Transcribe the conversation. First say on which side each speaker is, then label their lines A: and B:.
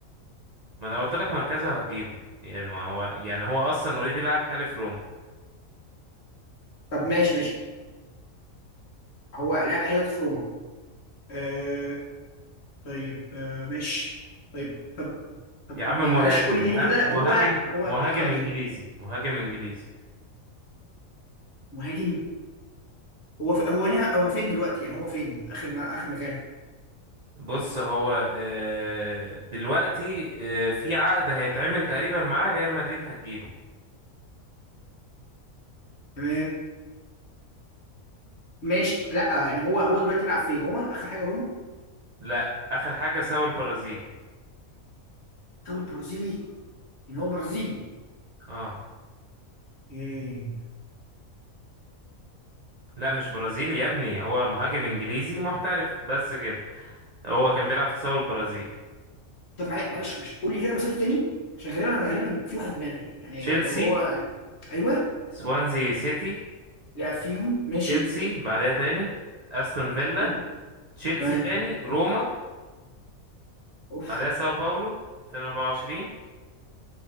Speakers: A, on the right (about 85°); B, on the left (about 55°).
A: ما انا قلت لك مركزه هتجيبه يعني ما هو يعني هو اصلا اوريدي لاعب حالي في روما
B: طب ماشي ماشي هو لعب حاجة دلوقتي في روما آه طيب آه ماشي طيب طب طب
A: يا عم
B: يعني
A: مهاجم
B: معلش قول لي
A: مهاجم
B: تاني كده هو
A: مهاجم
B: هو
A: مهاجم
B: عمل
A: انجليزي
B: إيه
A: مهاجم انجليزي
B: مهاجم هو في هو نها... هو فين دلوقتي يعني هو فين اخر ما... اخر مكان
A: بص هو آه، دلوقتي آه، في عقد هيتعمل تقريبا معاه ريال مدريد هتجيبه
B: تمام ماشي لا يعني هو هو دلوقتي بيلعب فين روما اخر حاجه روما
A: لا اخر حاجه سوى البرازيلي
B: طب البرازيلي يعني هو برازيلي
A: اه
B: ايه
A: لا مش برازيلي يا ابني هو مهاجم انجليزي محترف بس كده هو كان بيلعب في سوى البرازيلي
B: طب معل- معلش معلش قول لي كده مسيرته تاني عشان غالبا انا غالبا في واحد في دماغي يعني
A: تشيلسي
B: لو هو ايوه
A: سوانزي سيتي
B: لعب فيهم ماشي
A: تشيلسي بعدها تاني استون فيلا
B: تمام
A: تشيلسي
B: تمام
A: تاني روما
B: اوف
A: بعدها ساو باولو 2024